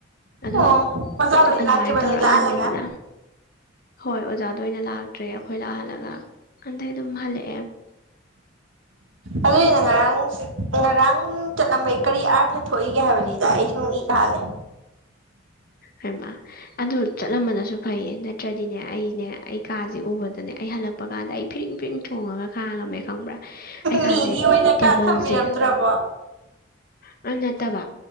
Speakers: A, on the left; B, on the right.
A: ꯑꯗꯨꯝ
B: ꯑꯣ ꯑꯣꯖꯥꯗꯣ ꯑꯣꯏꯅ
A: ꯑꯗꯨꯃꯥꯏꯅ
B: ꯂꯥꯛꯇ꯭ꯔꯤꯕ
A: ꯇꯧꯔꯍꯜꯂꯦꯗꯅ
B: ꯅꯣꯏ ꯂꯥꯛꯍꯜꯂꯒ
A: ꯍꯣꯏ ꯑꯣꯖꯥꯗꯣ ꯑꯣꯏꯅ ꯂꯥꯛꯇ꯭ꯔꯦ ꯑꯈꯣꯏ ꯂꯥꯛꯍꯜꯂꯒ ꯑꯗꯩ ꯑꯗꯨꯝ ꯍꯜꯂꯛꯑꯦ
B: ꯑꯗꯨꯏ ꯅꯪ ꯉꯔꯥꯡ ꯁꯤ ꯉꯔꯥꯡ ꯆꯠꯂꯝꯕꯩ ꯀꯔꯤ ꯑꯥꯔꯊ ꯊꯣꯛꯏꯒꯦ ꯍꯥꯏꯕꯅꯤꯗ ꯑꯩ ꯁꯨꯝ ꯏ ꯀꯍꯜꯂꯦ
A: ꯍꯩꯃ ꯑꯗꯨ ꯆꯠꯂꯝꯕꯅꯁꯨ ꯐꯩꯌꯦ ꯅꯠꯇ꯭ꯔꯗꯤꯅꯦ ꯑꯩꯅꯦ ꯑꯩ ꯀꯥꯁꯦ ꯎꯕꯗꯅꯦ ꯑꯩ ꯍꯜꯂꯛꯄꯀꯥꯟꯗ ꯑꯩ ꯐꯤꯔꯤꯡ ꯐꯤꯔꯤꯡ ꯊꯣꯡꯉꯒ ꯈꯥꯡꯉꯝꯃꯦ ꯈꯪꯕ꯭ꯔꯥ ꯑꯩ ꯀꯥꯖꯦ
B: ꯃꯤꯒꯤ ꯑꯣꯏꯅ
A: ꯇꯦꯕꯜꯖꯦ
B: ꯀꯥ ꯊꯝꯕꯤꯔꯝꯗ꯭ꯔꯕꯣ
A: ꯑ ꯅꯠꯇꯕ